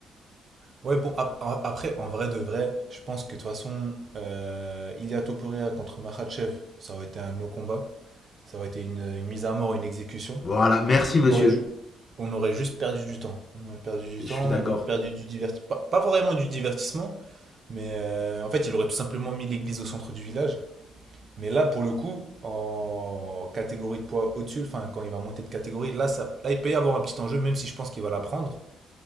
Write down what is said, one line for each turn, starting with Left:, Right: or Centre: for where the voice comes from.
Right: Ouais, bon, ap- a- après, en vrai de vrai, je pense que de toute façon, euh, Ilia Topuria contre Makhachev, ça aurait été un no combat. Ça aurait été une, une mise à mort, une exécution.
Left: Voilà, merci monsieur.
Right: On aurait, ju- On aurait juste perdu du temps. On aurait perdu du
Left: Je
Right: temps,
Left: suis d'accord.
Right: on aurait perdu du divertissement. Pas, pas vraiment du divertissement, mais euh, en fait, il aurait tout simplement mis l'église au centre du village. Mais là, pour le coup, en catégorie de poids au-dessus, enfin, quand il va monter de catégorie, là, ça, là, il peut y avoir un petit enjeu, même si je pense qu'il va la prendre.